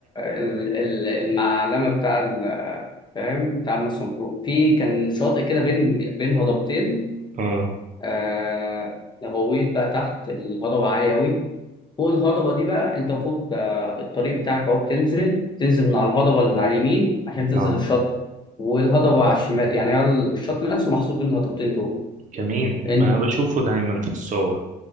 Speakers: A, on the left; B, on the right.
A: ال- ال- المعلمة بتاع ال- فاهم بتاع مرسى مطروح في كان شاطئ كده بين بين هضبتين
B: اه
A: آه غويط بقى تحت الهضبة عالية أوي فوق الهضبة دي بقى أنت المفروض آه، الطريق بتاعك أهو بتنزل تنزل من على الهضبة اللي على اليمين عشان تنزل
B: اه
A: الشط والهضبة على الشمال يعني هو الشط نفسه محصور بين الهضبتين دول
B: جميل
A: أنت
B: ما أنا بشوفه دايما في الصور